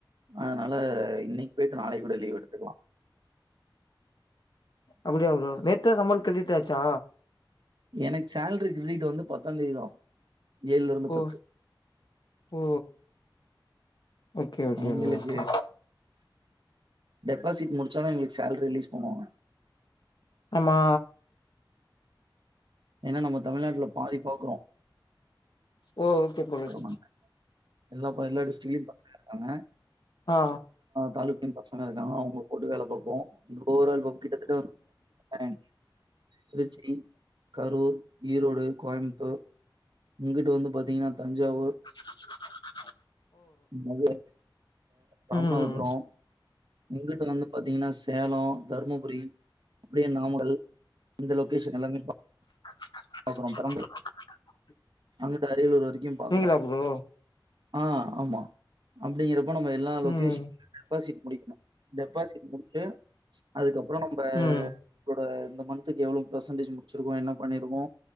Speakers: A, on the right; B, on the left.
A: அதனால இன்னைக்கு போயிட்டு நாளைக்கு கூட லீவ் எடுத்துக்கலா
B: அப்டியா ப்ரோ நேத்துதா சம்பளோ கிரெ டிட்டாச்சா
A: எனக்கு சேலரி கிரடிட்டு வந்து பத்தா தேதிதா ஏழுல இருந்து
B: ஓ
A: பத்து
B: ஓ ஓகே ஓகே
A: எங்களுக்கு
B: ப்ரோ ஓகே
A: டெபாசிட் முடிச்சாதா எங்களுக்கு சேலரி ரிலீஸ் பண்ணுவாங்க
B: ஆமா
A: ஏன்னா நம்ம தமிழ்நாட்ல பாதி பாக்குறோ
B: ஓ ஓகே ப்ரதர்
A: நாங்க. எல்லா இப்ப எல்லா டிஸ்டிக்லயும் பாக்க இருக்காங்க
B: ஆ
A: டாலுக்குன் பசங்க இருக்காங்க அவங்கள போட்டு வேல பாப்போ ஒவர்ஆல் போ ல் கிட்டத்தட்ட <unintelligible> திருச்சி கரூர் ஈரோடு கோயம்புத்தூர் இங்குட்டு வந்து பாத்தீங்கன்னா தஞ்சாவூர்
B: <inaudible>
A: மதுர ராமநாதபுரோ
B: ம்
A: இங்கிட்டு வந்து பாத்தீங்கன்னா சேலோ தருமபுரி அப்டியே நாமகல் இந்த லொகேஷன் எல்லாமே பாத்
B: <inaudible>
A: அப்புறோ பெரம்பு
B: <inaudible>
A: அங்கிட்ட அரியலூர் வரைக்கு பாக்குறோ
B: நீங்களா ப்ரோ
A: ஆ ஆமா அப்டிங்கிறப்ப நம்ம எல்லா லொகேஷனு
B: ம்
A: டெபசிட் முடிக்கணு டெபசிட் முடிச்சு அதுக்கப்றோ நம்ம
B: ம்
A: ளோட இந்த மந்த்தக்கு எவ்ளோ பெர்சன்டேஜ் முடிச்சிருக்கோ என்ன பண்ணிருக்கோ